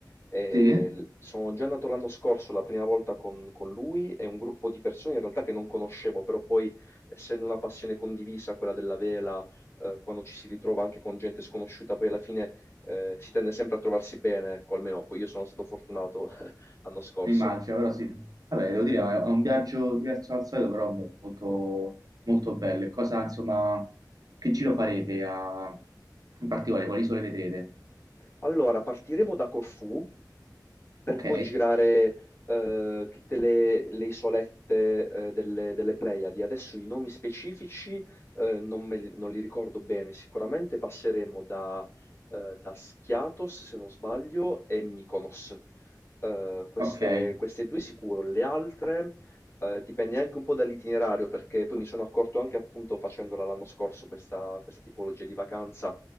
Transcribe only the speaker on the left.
E
l- sono già andato l'anno scorso la prima volta con, con lui e un gruppo di persone in realtà che non conoscevo, però poi essendo una passione condivisa, quella della vela, eh, quando ci si ritrova anche con gente sconosciuta, poi alla fine eh, si tende sempre a trovarsi bene, ecco, almeno poi io sono stato fortunato l'anno scorso
Allora, partiremo da Corfù per
poi girare eh, tutte le, le isolette eh, delle, delle Pleiadi. Adesso i nomi specifici eh, non, me li, non li ricordo bene. Sicuramente passeremo da, eh, da Schiatos, se non sbaglio, e Mykonos. Eh, queste,
queste due sicuro. Le altre eh, dipende anche un po' dall'itinerario, perché poi mi sono accorto anche appunto facendola l'anno scorso questa questa tipologia di vacanza